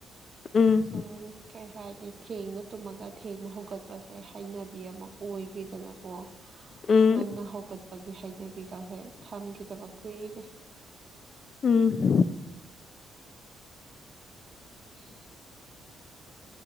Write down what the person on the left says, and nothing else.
ꯎꯝ
ꯎꯝ
ꯎꯝ